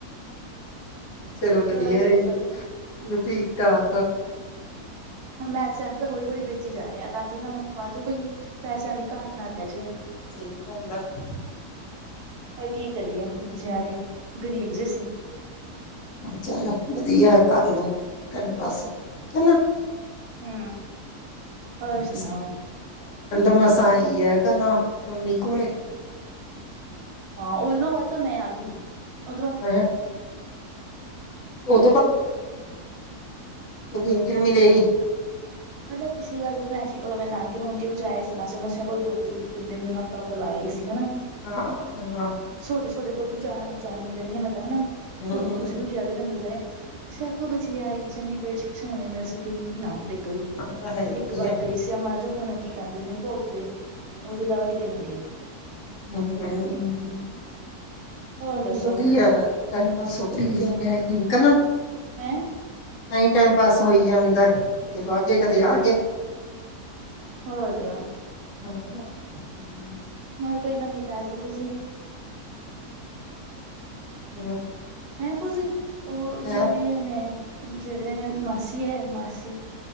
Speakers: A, on the left; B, on the right.
A: ਚਲੋ ਵਧੀਆ
B: ਹੋਰ ਦੱਸੋ?
A: ਰ ਠੀਕ ਠਾਕ ਆ
B: ਮੈਥ ਸੈਫ ਤਾਂ ਹੌਲੀ ਹੌਲੀ ਵੇਚੀ ਜਾ ਰਿਹੇ ਹ ਤਾਂ ਕਿ ਸਾਨੂੰ ਬਾਅਦ ਚ ਕੋਈ ਪੈਸਿਆਂ ਦੀ ਘਾਟ ਨਾ ਰਹਿ ਜੇ
A: <unintelligible>
B: ਹੋਰ ਕੀ ਕਰੀਏ ਬੱਚਿਆਂ ਦੇ ਗ਼ਰੀਬ ਜੇ ਅਸੀਂ
A: ਚੱਲ ਵਧੀਆ ਕਰਲੋ ਟੈਮ ਪਾਸ ਚਲੋ
B: ਹੂੰ
A: <unintelligible>
B: ਹੋਰ ਸੁਣਾਓ?
A: ਮਸਾਂ ਈ ਹੈ ਕਨਾ ਮੰਮੀ ਕੋਲੇ
B: ਹਾਂ ਉਦਨੋਂ ਬਾਅਦ ਤਾਂ ਮੈਂ ਆ ਗਈ <unintelligible>
A: ਹੈਂ ਉਹ <inaudible> ਮਿਲੇ ਹੀ
B: ਮਤਲਬ ਪਿਛ ਵ ਜਦੋਂ ਮੈਂ ਸੀ ਉਦੋਂ ਨਾਨਕੇ ਨੂਣ ਕੇ ਵੀ ਜਾਏ ਸੀ ਮਾਸੀਆਂ ਮਾਸੀਆਂ ਕੋਲ ਦੋ ਤਿੰਨ ਤਨ ਹਫ਼ਤਾ ਹਫ਼ਤਾ <unintelligible> ਸੀ ਹਨਾ
A: ਹਾਂ <unintelligible>
B: ਸਾਡੇ ਸਾਡੇ ਕੋਲ ਵੀ ਜਾ ਜਾਣੀ ਰਹਿੰਦੀ ਆ ਮੈਂ ਤਾਂ ਹਨਾ
A: ਹਮ
B: ਸਾਨੂੰ ਵੀ ਤੁਸੀਂ ਵੀ ਨੂੰ ਮਿਲ ਜਾਣੇ ਸੈਖੋ ਬਚੇ ਆਾਰੀ ਚੰਡੀਗੜ੍ਹ ਚ ਕਿਸੇ ਨੂੰ ਨਹੀਂ ਮਿਲ ਸਕੇ ਨਾ ਕਿਤੇ ਗਈ
A: ਤਾਂ ਹੈ ਹੀ
B: ਇੱਕ ਵਾਰ
A: ਹੈ
B: ਗਈ ਸੀ ਆ ਮਹਾਰਾਜਾ ਹੁਣ ਕੀ ਕਹਿੰਦੇ ਨੇ ਭੋਗ ਤੇ ਉਹ ਤੋਂ ਇਲਾਵਾ ਕਿਤੇ ਨੇ ਗਏ
A: <unintelligible>
B: ਹੋਰ
A: ਚਲੋ
B: ਦੱਸੋ
A: ਵਧੀਆ ਟਾਈਮ ਪਾਸ ਉਹ ਕਰੀ ਜਾਂਦੇ ਠੀਕ ਏ ਨਾ
B: ਹੈਂ
A: ਹੁਣ ਟਾਈਮ ਪਾਸ ਹੋਈ ਜਾਂਦਾ ਕਦੇ ਬ ਗਏ ਕਦੇ ਆ ਗਏ।
B: ਹੋ ਗਿਆ
A: <unintelligible>
B: ਹੋਰ ਕੋਈ ਨਮੀ ਤਾਜ਼ੀ ਬੂਜੀ।
A: <unintelligible>
B: ਹੈਂ ਭੂਜੀ ਉਹ ਜਿਹੜੇ
A: ਹਾਂ
B: ਉਹਨੇ ਜਿਹੜੇ ਮਾਸੀ ਏ ਮਾਸੀ।